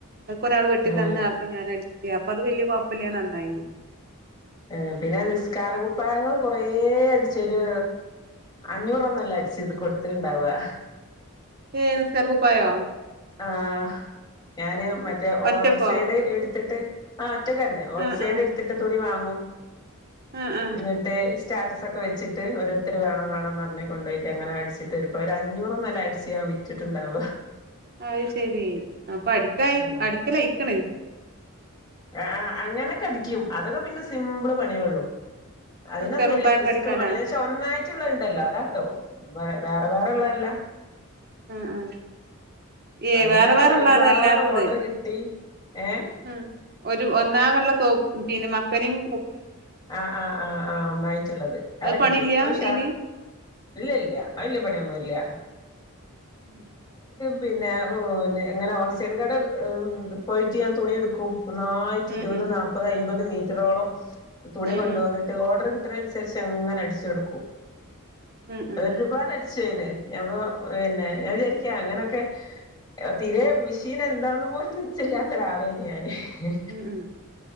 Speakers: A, on the right; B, on the left.
A: അക്ക, ഒരാൾ വെട്ടി,
B: ഏ
A: തന്ന, അപ്പൊ, ഞാൻ, അടിച്ച, അപ്പൊ, അത്, വലിയ, കുഴപ്പല്ല, നന്നായിന്ന്
B: ഏർ, പിന്നെ, നിസ്കാാര, കുപ്പായങ്ങള്ൾ, കൊറെ, അടിച്ചൊരു അഞ്ഞൂറൊന്നല്ല, അടിച്ച്, ഇത്, കൊടുത്ത ഇണ്ടാവവാ
A: ഏ, സെർക്കപ്പായോ
B: ആഹ് ഞാന്, മറ്റേ, ഓൾസൈഡ്,
A: ഒറ്റക്കോ
B: എടുത്തിട്ട്, ആഹ് ഒറ്റക്കന്നെ, ഓൾസൈഡ്,
A: ആഹ് ആഹ്
B: എടുത്തിട്ട്, തുണി, വാങ്ങൂ
A: ആഹ് ആഹ്
B: ന്നിട്ട് സ്റ്റാറ്റസ്, ഒക്കെ, വെച്ച്ട്ട്, ഓോരുത്തരു, വേണംന്ന്, കൊണ്ട, പോയിട്ട്, അനെ, അടിച്ചിട്ട്, ഇൾ, ഒരു, അൂറ്ന്നില, അടിച്ണ്ടാവും വിറ്റിട്ടുണ്ടാവ
A: അത്, ശെരി, അപ്പൊ, അടി
B: ഉം
A: അടിക്കലയിക്കണ്
B: ആഹ് അങ്ങനെക്കെ, അടിക്കും, അതൊക്കെ, പിന്നെ, സിമ്പിള്, പണിയൊള്ളു അതിനൊന്നും
A: നിസ്കാര
B: വല്ല്യ
A: കുപ്പായൊക്കെ
B: റിസ്ക്കുള്ള
A: അടിക്കാനാ
B: പണിയെന്നുവച്ചാ ഒന്നായിട്ടുള്ളതുണ്ടല്ലോ അതാട്ടോ വെ വെറെ വെറെള്ളതല്ലാ
A: ആഹ് ആഹ് ഏഹ്
B: അങ്ങനെ
A: വേറെ
B: കൊറെ
A: വേറെള്ളതല്ലാത്തത്
B: ഒരുപാട് ഓർഡർ കിട്ടി ഏ
A: ആഹ് ഒരു ഒന്നാകള്ള തോ പിന്നെ മക്കനെയും
B: ആഹ് ആഹ് ആഹ് ആഹ് ഒന്നായിട്ടുള്ളത് അത് അടിക്കും
A: പണില്ല
B: അത് ഉഷാറ്
A: അയിന്
B: ഇല്ല ഇല്ല വലിയ പണിയൊന്നുംഇല്ല
A: ഉം
B: പിന്നെ എങ്ങനെ ഹോൾസെയിൽ കടയില് പോയിട്ട് ഞാൻ തുണി എടുക്കും ഒന്നായിട്ട്
A: ഉം
B: ഇരുപത്
A: ഉം
B: നാല്പ്പത് അയ്മ്പത് മീറ്ററോളം തുണി
A: ഉം
B: കൊണ്ട് വന്നിട്ട് ഓർഡർ കിട്ടുന്നതിനനുസരിച്ച് അങ്ങനെ അടിച്ച് കൊടുക്കും
A: ഉം ഉം
B: ഒരുപാട് അടിച്ചീന്ന് അപ്പോ പിന്നെ ഞാൻ ശരിക്കും അങ്ങനെ ക്കെ തീരെ മെഷീൻ എന്താന്ന് പോലും നിശ്ചയമില്ലാത്ത ഒരാളായിന് ഞാൻ ഇഹ് ഹ്
A: ഉം ഉം ഉം